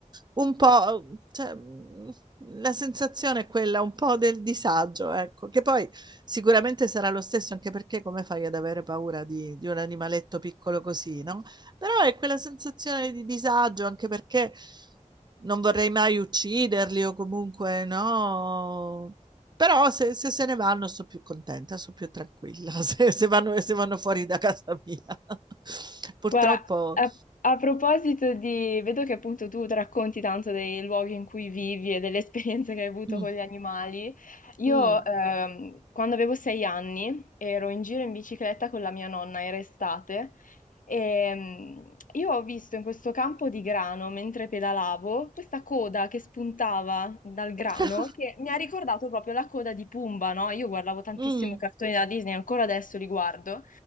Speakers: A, on the right; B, on the left.
A: un po'... Cioè, mm, la sensazione è quella un po' del disagio, ecco, che poi sicuramente sarà lo stesso, anche perché come fai ad avere paura di, di un animaletto piccolo così, no? Però è quella sensazione di disagio, anche perché non vorrei mai ucciderli o comunque no. Però se, se se ne vanno sono più contenta, sono più tranquilla, <laughs> se, se vanno, se vanno fuori da casa mia. <laughs> Purtroppo...
B: Guarda, a, a proposito di... vedo che appunto tu racconti tanto dei luoghi in cui vivi e delle <laughs> esperienze che hai avuto
A: Mm,
B: con gli animali. Io
A: mm.
B: ehm, quando avevo sei anni ero in giro in bicicletta con la mia nonna, era estate, e mm, io ho visto in questo campo di grano, mentre pedalavo, questa coda che spuntava dal grano,
A: <laughs>
B: che mi ha ricordato proprio la coda di Pumba, no? Io guardavo tantissimo
A: Mm.
B: i cartoni da Disney, ancora adesso li guardo.